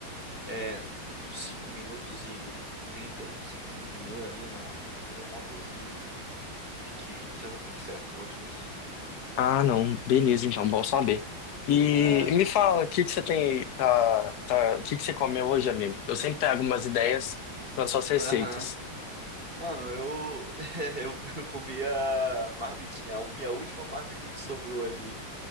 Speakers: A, on the right; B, on the left.
A: é, uns 5 minutos e trinta cinco minutos e meio ali na, no micro-ondas e, e que já tá tudo certo, fica gostoso.
B: Ah, não. Beleza, então, bom saber. E
A: É,
B: me
A: pô.
B: fala, o que que você tem, tá, tá, o que que você comeu hoje, amigo? Eu sempre pego umas ideias para suas receitas.
A: Aham. Mano, eu, <laughs> eu, eu comi a marmitinha, a minha última marmita que sobrou ali,